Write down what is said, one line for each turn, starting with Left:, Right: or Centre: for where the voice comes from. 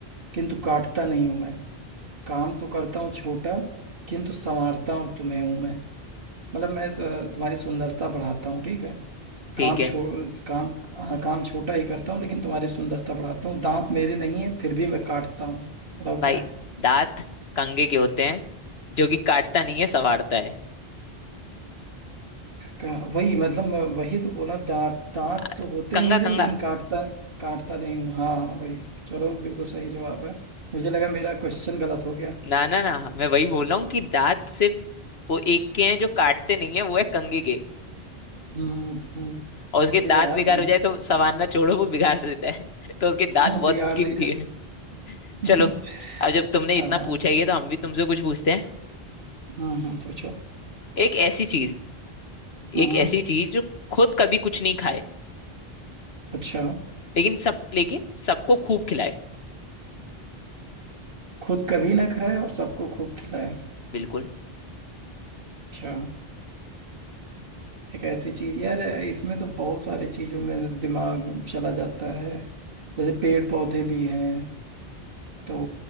Right: किंतु काटता नहीं हूं मैं काम तो करता हूँ छोटा किंतु संवारता हूँ तुम्हें हूं मैं मतलब मैं अ, तुम्हारी सुंदरता बढ़ाता हूँ ठीक है
Left: ठीक
Right: काम
Left: है
Right: छो काम हाँ, काम छोटा ही करता हूँ लेकिन तुम्हारी सुंदरता बढ़ाता हूँ दांत मेरे नहीं है फिर भी मैं काटता हूँ बताओ
Left: भाई
Right: क्या है
Left: दांत कंघे के होते हैं जो कि काटता नहीं है संवारता है
Right: का- वही मतलब मैं वही तो बोला दांत दांत
Left: आ,
Right: तो होते
Left: कंघा
Right: हैं मेरे
Left: कंघा
Right: लेकिन काटता काटता नहीं हूँ हाँ वही चलो बिल्कुल सही जवाब है मुझे लगा मेरा क्वेश्चन गलत हो गया
Left: ना ना ना मैं वही बोल रहा हूँ कि दांत सिर्फ वो एक के हैं जो काटते नहीं है वो है कंघे के
Right: हम्म हम्म,
Left: और उसके दांत
Right: ये यार
Left: बेकार
Right: तुम
Left: हो जाए तो संवारना छोड़ो वो बिगाड़ देता है <laughs> तो उसके
Right: <laughs> हाँ,
Left: दांत बहुत
Right: बिगाड़
Left: कीमती
Right: देगा
Left: है
Right: <laughs>
Left: चलो अब जब तुमने
Right: हाँ
Left: इतना पूछा ही है तो हम भी तुमसे कुछ पूछते हैं
Right: हम्म हम्म, पूछो
Left: एक ऐसी चीज
Right: हम्म
Left: एक ऐसी चीज जो खुद कभी कुछ नहीं खाए
Right: अच्छा
Left: लेकिन सब लेकिन सबको खूब खिलाए
Right: खुद कभी ना खाए और सबको खूब खिलाए
Left: बिल्कुल
Right: अच्छा एक ऐसी चीज यार इसमें तो बहुत सारी चीजों में दिमाग चला जाता है जैसे पेड़ पौधे भी हैं तो